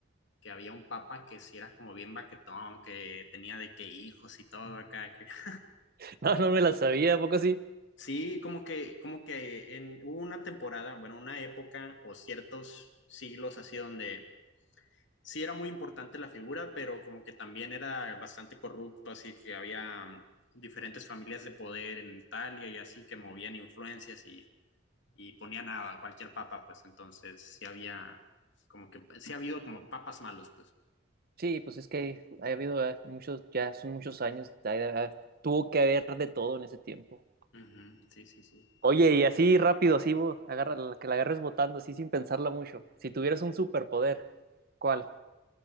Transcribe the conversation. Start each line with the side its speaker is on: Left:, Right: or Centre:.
Left: que había un papa que sí era como bien baquetón, que tenía de qué hijos y todo acá. que- <laughs>
Right: <laughs> no, no me la sabía, ¿a poco sí?
Left: Sí, como que, como que en hubo una temporada, bueno, una época o ciertos siglos así donde sí era muy importante la figura, pero como que también era bastante corrupto, así que había mm, diferentes familias de poder en Italia y así que movían influencias y, y ponían a cualquier papa, pues entonces sí había como que sí ha habido como papas malos, pues.
Right: Sí, pues es que ha habido eh, muchos, ya son muchos años, ha- ha- tuvo que haber de todo en ese tiempo.
Left: Uh -huh, sí, sí, sí.
Right: Oye, y así rápido, así, bo- agarra, la- que la agarres botando, así sin pensarla mucho. Si tuvieras un superpoder, ¿cuál?